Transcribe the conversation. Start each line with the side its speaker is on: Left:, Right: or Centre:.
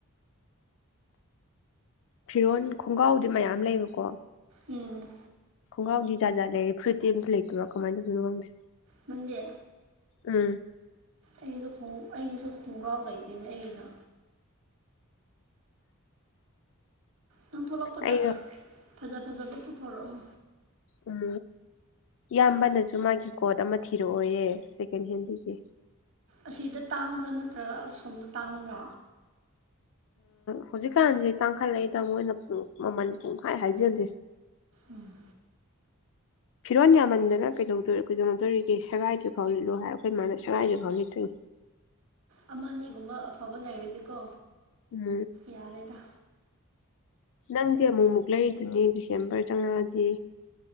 Left: ꯐꯤꯔꯣꯟꯜ ꯈꯣꯡꯒ꯭ꯔꯥꯎꯗꯤ ꯃꯌꯥꯝ ꯂꯩꯕꯀꯣ
Right: ꯎꯝ
Left: ꯈꯣꯡꯒꯥꯎ ꯖꯥꯠ ꯂꯩꯔ ꯐꯨꯠꯇꯤ ꯑꯝꯇ ꯂꯩꯇꯕꯣ ꯀꯃꯥꯏꯅ ꯇꯧꯅꯣ ꯉꯪꯗ꯭ꯔꯦ
Right: ꯃꯖꯦ
Left: ꯎꯝ
Right: ꯑꯩꯁꯨ ꯑꯩꯒꯤꯁꯨ ꯈꯣꯡꯒ꯭ꯔꯥꯎ ꯂꯩꯇꯦꯅꯦ ꯑꯩꯒꯤꯅ ꯅꯪ ꯊꯣꯛꯂꯛꯄꯗ
Left: ꯑꯩꯒ
Right: ꯐꯖ ꯐꯖꯕ ꯄꯨꯊꯣꯔꯛꯑꯣ
Left: ꯎꯝ ꯏꯌꯥꯝꯕꯅꯁꯨ ꯃꯥꯒꯤ ꯀꯣꯠ ꯑꯃ ꯊꯤꯔꯛꯑꯣꯌꯦ ꯁꯦꯀꯦꯟ ꯍꯦꯟꯗꯒꯤ
Right: ꯑꯁꯤꯗ ꯇꯥꯡꯕ꯭ꯔꯥ ꯅꯠꯇ꯭ꯔꯒ ꯑꯁꯣꯝꯗ ꯇꯥꯡꯕ꯭ꯔꯥ
Left: ꯍꯧꯖꯤꯛꯀꯥꯟꯁꯦ ꯇꯥꯡꯈꯠꯂꯛꯏꯗ ꯃꯣꯏꯅ ꯄꯨꯡ ꯃꯃꯟ ꯄꯨꯡꯈꯥꯏ ꯍꯥꯏꯖꯜꯂꯦ
Right: ꯎꯝ
Left: ꯐꯤꯔꯣꯟꯜ ꯌꯥꯝꯃꯟꯗꯅ ꯀꯩꯗꯧ ꯀꯩꯗꯧꯗꯣꯔꯤꯒꯦ ꯁꯉꯥꯏꯗꯨꯐꯥꯎ ꯂꯤꯠꯂꯣ ꯍꯥꯏꯔ ꯑꯩꯈꯣꯏ ꯃꯥꯅ ꯁꯉꯥꯏꯗꯨꯐꯥꯎ ꯂꯤꯠꯇꯣꯏꯅꯤ
Right: ꯑꯃ ꯑꯅꯤꯒꯨꯝꯕ ꯑꯐꯕ ꯂꯩꯔꯗꯤꯀꯣ
Left: ꯎꯝ
Right: ꯌꯥꯔꯦꯗ
Left: ꯅꯪꯗꯤ ꯑꯃꯨꯛ ꯑꯃꯨꯛ ꯂꯩꯔꯤꯗꯨꯅꯦꯗꯤ ꯆꯦꯝꯕꯔ ꯆꯪꯉꯛꯑꯗꯤ